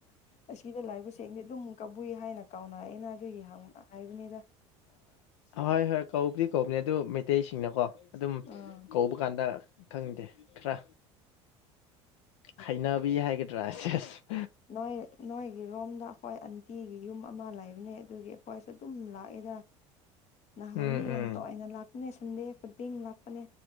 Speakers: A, on the left (about 50°); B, on the left (about 80°).
A: ꯑꯁꯤꯗ ꯂꯥꯛꯏꯕꯁꯦꯡꯗꯤ ꯑꯗꯨꯝ ꯀꯕꯨꯏ ꯍꯥꯏꯅ ꯀꯥꯎꯅꯔꯛꯑꯦꯅ ꯑꯗꯨꯒꯤ ꯍꯥꯏꯕꯅꯤꯗ
B: ꯍꯣꯏ ꯍꯣꯏ ꯀꯧꯕꯗꯤ ꯀꯧꯕꯅꯦ ꯑꯗꯨ ꯃꯩꯇꯩꯁꯤꯡꯅꯀꯣ ꯑꯗꯨꯝ
A: ꯎꯝ
B: ꯀꯧꯕ ꯀꯥꯟꯗ ꯈꯪꯗꯦ ꯈꯔ ꯈꯩꯅꯕꯤ ꯍꯥꯏꯒꯗ꯭ꯔꯥꯁꯦꯁ
A: ꯅꯣꯏ ꯅꯣꯏꯒꯤꯔꯣꯝꯗ ꯑꯩꯈꯣꯏ ꯑꯟꯇꯤꯒꯤ ꯌꯨꯝ ꯑꯃ ꯂꯩꯕꯅꯦ ꯑꯗꯨꯒꯤ ꯑꯩꯈꯣꯏꯁꯨ ꯑꯗꯨꯝ ꯂꯥꯛ ꯂꯥꯛꯏꯦꯗ ꯅꯍꯥꯟꯗꯤ
B: ꯎꯝ
A: ꯌꯥꯝ
B: ꯎꯝ
A: ꯇꯏꯅ ꯂꯥꯛꯄꯅꯦ ꯁꯟꯗꯦ ꯗꯤꯤꯟ ꯅꯅꯥꯄꯅꯦ